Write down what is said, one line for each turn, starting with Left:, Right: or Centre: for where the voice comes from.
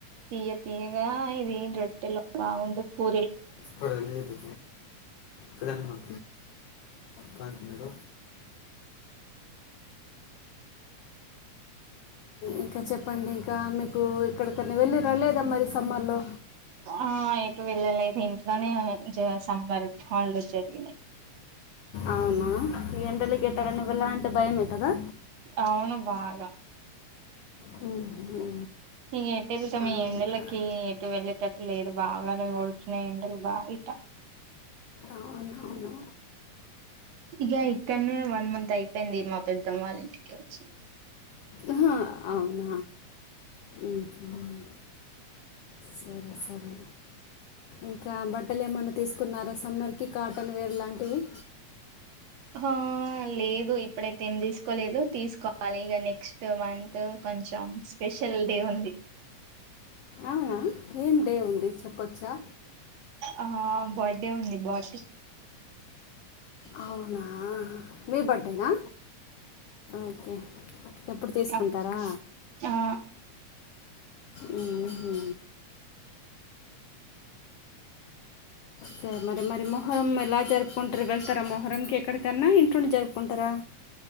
Right: తీయ్య తీయగా ఇది రొట్టెలో బాగుంటది పూ
Left: పడాలదు ప్రధాన పాఠ మేడ ఇంకా చెప్పండి ఇంకా మీకు ఇక్కడికన్నా వే ళ్ళి రాలేదా మరి సమ్మర్ లో
Right: ఆ ఎటు వెళ్ళలెద్ ఇంట్లోనే సంబర్ హాల్డేస్ జరిగినాయి
Left: అవునా ఈ ఎండలకి <unintelligible> కదా!
Right: అవును బాగా
Left: హుహు.
Right: ఇగ ఈటెల్తామ్
Left: అవును.
Right: ఈ ఎండలకి ఏటు వెళ్ళే టట్ లేదు బాగానే కోడుతున్నాయ్ ఎండలు బయట
Left: అవునవును
Right: ఇగ ఇక్కన్నే వన్ మంత్ అయిపోయింది మా పెద్దమ్మ వాళ్ళ ఇంటికోచ్చి
Left: అహ అవున మ్ సరే సరే ఇంకా బట్టలు ఏమైన్నా తీసుకున్నారా సమ్మర్ కి కాటన్ వేర్ లాంటివి
Right: ఆ లేదు ఇప్పుడైతే ఏం తీసుకోలేదు తీసుకోవాలి ఇగ నెక్స్ట్ మంత్ కొంచెం స్పెషల్ డే ఉంది
Left: అవునా ఏం డే ఉంది చెప్పొచ్చా
Right: ఆ బర్త్డే ఉంది బటి
Left: అవునా మీ బర్త్డేనా ఓకే ఎప్పుడు తీసుకుంటారా
Right: అం ఆ
Left: మ్ హు సరే మరి మరి మొహరం ఎలా జరుపుకుంటారు వెళ్తారా మొహరంకి ఎక్కడికన్నా ఇంట్లుండి జరుపుకుంటారా